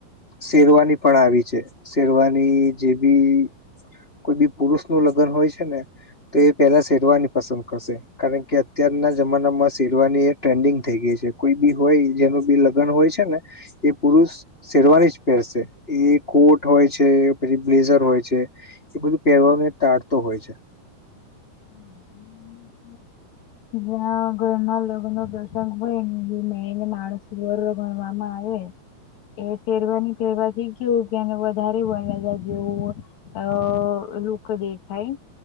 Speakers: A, on the left (about 20°); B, on the left (about 50°).
A: શેરવાની પણ આવી છે શેરવાની જે બી કોઈ બી પુરુષ નું લગ્ન હોય છે ને, તો એ પેલા શેરવાની પસંદ કરશે. કારણ કે અત્યારના જમાના માં સેરવાની એ ટ્રેન્ડિંગ થઈ ગઈ છે કોઈ બી હોય. જેનું બી લગ્ન હોય છે ને, એ પુરુષ શેરવાની જ પહેરસે એ કોટ હોય છે પછી બ્લેઝર હોય છે. એ બધું પહેરવાને તાળતો હોય છે.
B: હમ હ. જ્યાં ઘરના લગ્નો પ્રસંગ હોય ને જે મેને માણસ વર્વ ગણવામાં આવે. એ શેરવાની પેરવાથી કેને વધારે વણલાજા જેવું અ લોકો દેખાય.